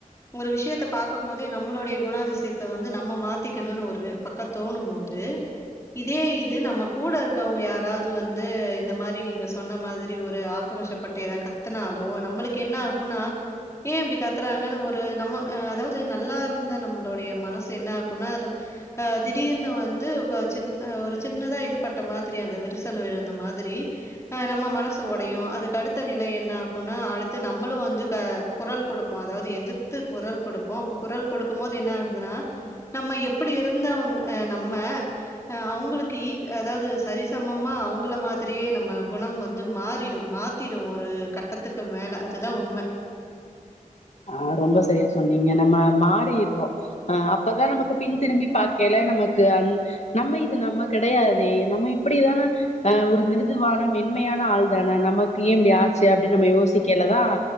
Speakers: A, on the left (about 20°); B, on the left (about 50°).
A: ஒரு விஷயத்த பார்க்க போதே நம்மளுடைய குணாதிசயத்த வந்து நம்ம மாத்திக்கணும்னு ஒரு பக்கம் தோணும் போது இதே இது நம்ம கூட இருக்கவங்க யாராவது வந்து இந்த மாதிரி நீங்க சொன்ன மாதிரி ஒரு ஆக்ரோஷப்பட்டு ஏத கத்துனாலோ நம்மளுக்கு என்ன ஆகும்னா ஏன் இப்படி கத்துறாங்கன்னு ஒரு நம்ம ஹ அதாவது நல்லா இருந்த நம்மளுடைய மனசு என்ன ஆகும்னா அது திடீர்னுு வந்து ஒரு சின் ஹ சின்னதா இது பட்ட மாதிரி அந்த விரசல் விழுந்த மாதிரி ஹ நம்ம மனசு உடையும் அதுக்கு அடுத்த நிலை என்ன ஆகும்னா அடு நம்மளும் வந்து க குரல் கொடுப்போம் அதாவது எதிர்த்து குரல் கொடுப்போம் அப்ப குரல் கொடுக்கும் போது என்ன ஆகுதுன்னா நம்ம எப்டி இருந்தவங்க நம்ம அவங்களுக்கு ஈக் அதாவது சரிசமமா அவங்கள மாதிரியே நம்ம குணம் வந்து மாறிடும் மாத்திடும் ஒரு கட்டத்துக்கு மேல அதுதான் உண்மை
B: ஆஹ் ரொம்ப சரியா சொன்னீங்க நம்ம மாறிடுறோம் அஹ் அப்பதான் நமக்கு பின்திரும்பி பார்க்கைல நமக்கு அந் நம்ம இது நம்ம கிடையாதே நம்ம இப்படிதானே அஹ் ஒரு மிருதுவான மென்மையான ஆள் தான நமக்கு ஏன் இப்படி ஆச்சு அப்படின்னு நம்ம யோசிக்கலதான்